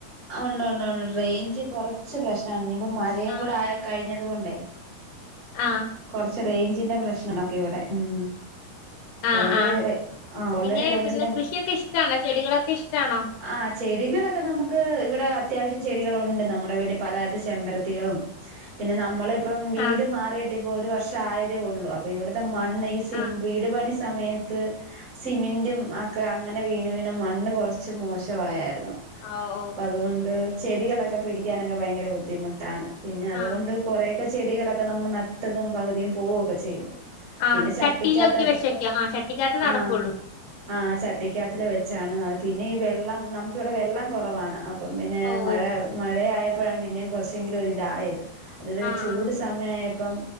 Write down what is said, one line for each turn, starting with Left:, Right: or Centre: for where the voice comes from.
Right: ഉണ്ട് ഉണ്ട് ഉണ്ട് റേഞ്ച് കൊറച്ച് പ്രശ്നാണ് ഇനിയിപ്പ മഴയും
Left: ആഹ്
Right: കൂടെ ആയ കയ്ഞ്ഞതുകൊണ്ടേ
Left: ആഹ്
Right: കൊറച്ച് റേഞ്ചിന്റെ പ്രശ്നംണ്ടൊക്കെ ഇവിടെ ഉം
Left: ആഹ്
Right: ഓൾറെഡി
Left: ആഹ്
Right: റെ ഓൾറെഡി
Left: എങ്ങനെ
Right: റേഞ്ചിനെ
Left: പിന്നെ കൃഷിയൊക്കെ ഇഷ്ടാണോ ചെടികളൊക്കെഷ്ടാണോ
Right: ആഹ് ചെടികളൊക്കെ നമുക്ക് ഇവിടെ അത്യാവശ്യം ചെടികളുണ്ട് നമ്മുടെ വീട്ടിപലതത്തെ ചെമ്പരത്തികളും പിന്നെ നമ്മളിപ്പം വീട്
Left: ആഹ്
Right: മാറിയിട്ട് ഇപ്പൊ ഒരു വർഷം ആയതേ ഉള്ളൂ അപ്പൊ ഇവിടത്തെ മണ്ണ് സിം
Left: ആഹ്
Right: വീട് പണി സമയത്ത് സിമെന്റും അക്കെ അങ്ങനെ വീണ് വീണ് മണ്ണ് കൊറച്ച് കുറച്ച് മോശവായായ്രുന്നു
Left: ആഹ് ഓഹ്
Right: അതുകൊണ്ട് ചെടികളൊക്കെ പിടിക്കാനൊക്കെ ഭയങ്കര ബുദ്ധിമുട്ടാണ് പിന്നെ അതുകൊണ്ട്
Left: ആഹ്
Right: കുറെക്കെ ചെടികളൊക്കെ നമ്മൾ നട്ടതും പകുതിയും പോവൊക്കെ ചെയ്തു
Left: ആഹ്
Right: പിന്നെ ചട്ടിക്കകത്ത്
Left: ചട്ടിയിലോക്കെ വെച്ചേക്ക ആ ചട്ടിക്കകത്ത് നടക്കൊള്ളൂ
Right: ആഹ് ആഹ് ചട്ടിക്കാത്തില് വെച്ചാണ് പിന്നെ ഈ വെള്ളം നമുക്കിവിടെ വെള്ളം കൊറവാണ് അപ്പം പിന്നെ
Left: ഓഹ്
Right: മഴ മഴയപ്പോഴാണ് പിന്നെ കുറച്ചെങ്കിലും ഒരു ഇതായത് അത്വരെ
Left: ആഹ്
Right: ചൂട്
Left: ആഹ്
Right: സ സമയായപ്പം